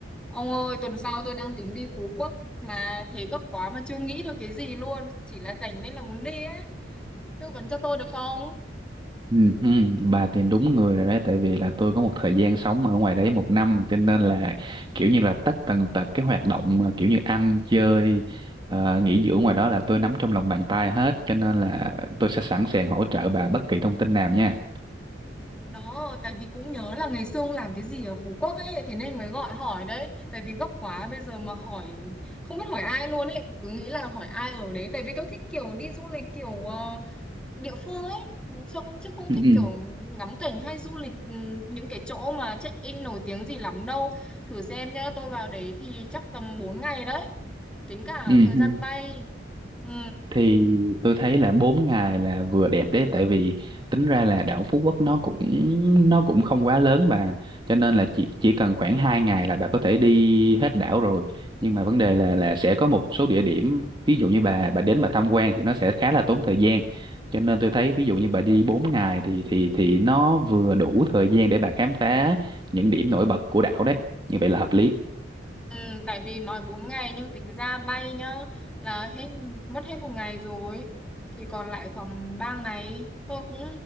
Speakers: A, in the centre; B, on the right.
A: Ông ơi, tuần sau tôi đang tính đi Phú Quốc mà thế gấp quá mà chưa nghĩ được cái gì luôn, chỉ là rảnh nên là muốn đi ấy. Tư vấn cho tôi được không?
B: Ừ, ừ, bà tìm đúng người rồi đấy tại vì là tôi có một thời gian sống ở ngoài đấy một năm cho nên là kiểu như là tất tần tật cái hoạt động mà kiểu như ăn chơi ờ, nghỉ dưỡng ngoài đó là tôi nắm trong lòng bàn tay hết cho nên là tôi sẽ sẵn sàng hỗ trợ bà bất kỳ thông tin nào nha
A: Đó, tại vì cũng nhớ là ngày xưa ông làm cái gì ở Phú Quốc ấy, thế nên mới gọi hỏi đấy. Tại vì gấp quá bây giờ mà hỏi không biết hỏi ai luôn ấy, cứ nghĩ là hỏi ai ở đấy tại vì tôi thích kiểu đi du lịch kiểu ờ, địa phương ấy. Ừ, Xong chứ không
B: ừ,
A: thích
B: ừ,
A: kiểu ngắm cảnh hay du lịch ừ, những cái chỗ mà check-in nổi tiếng gì lắm đâu. Thử xem nhá, tôi vào đấy thì chắc tầm 4 ngày đấy. tính cả
B: ừ.
A: thời gian
B: ừ.
A: bay ừ,
B: thì tôi thấy là 4 ngày là vừa đẹp đấy tại vì tính ra là đảo Phú Quốc nó cũng nó cũng không quá lớn bà cho nên là chỉ chỉ cần khoảng 2 ngày là bà có thể đi hết đảo rồi nhưng mà vấn đề là là sẽ có một số địa điểm ví dụ như bà bà đến bà tham quan thì nó sẽ khá là tốn thời gian cho nên tôi thấy ví dụ như bà đi 4 ngày thì thì thì nó vừa đủ thời gian để bà khám phá những điểm nổi bật của đảo đấy như vậy là hợp lý
A: ừ, tại vì nói 4 ngày nhưng tính ra bay nhá là hết mất hết một ngày rồi thì còn lại khoảng 3 ngày tôi cũng